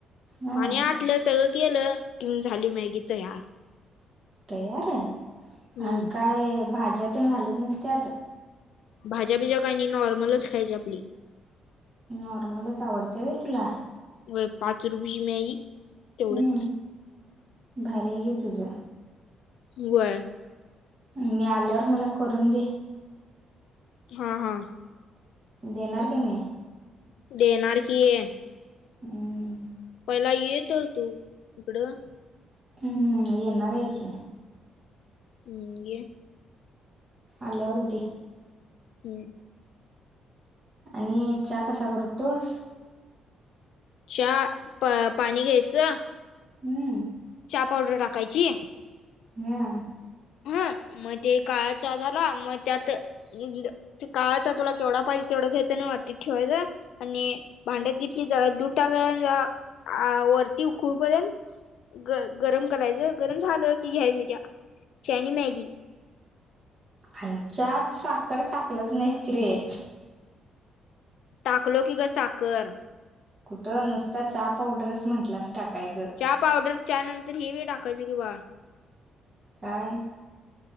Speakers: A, on the right; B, on the left.
A: हा
B: पाणी आटलं सगळ गेलं किम झाली मॅगी तयार.
A: तयार आहे
B: हम्म
A: आण काय भाज्यातन घालत नसत्यात.
B: भाज्या बिज्या काही नाही नॉर्मलच खायची आपली.
A: नॉर्मलच आवडते व्हय तुला.
B: व्हय पाच रुपयाची मॅगी
A: हम्म
B: तेवढंच.
A: भारी हाय गे तुझं.
B: व्हय.
A: मी आल्यावर मला करून दे.
B: हा हा.
A: देणार की नही.
B: देणार की ये.
A: हम्म.
B: पहिला ये तर तू इकडं.
A: हम्म येणार हाय की.
B: हम्म ये.
A: आल्यावर दे.
B: हम्म.
A: आणि चाहा कसा करतोस?
B: चहा प पाणी घ्यायचं.
A: हम्म.
B: चाहा पावडर टाकायची.
A: ह्या.
B: ह म ते काळाचा झाला म त्यात ते काळायच तुला केवढा पाहिजे तेवढं घ्यायचं आणि वाटीत ठेवायच. आणी भांड्यात घेतली जारा दुधटाका <unintelligible> आ ऊकडूपर्यंत ग गरम करायचं गरम झालं की घ्यायच चहा. चॅनी मॅगी.
A: आणच्यात साखर टाकलंच नाहीस कि रे.
B: टाकलो की ग साखर.
A: कुठं नुसता चहा पावडरच म्हंटलास टाकायचं.
B: चहा पावडर च्या नंतर हे बी टाकायच की बाळ.
A: काय?